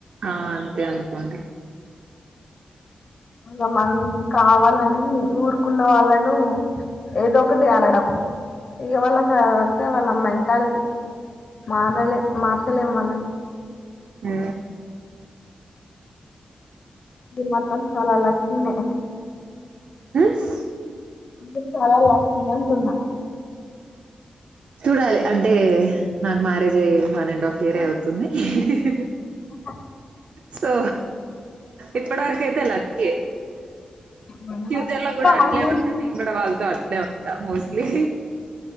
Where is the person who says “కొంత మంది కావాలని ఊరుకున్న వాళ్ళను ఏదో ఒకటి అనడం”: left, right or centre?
Left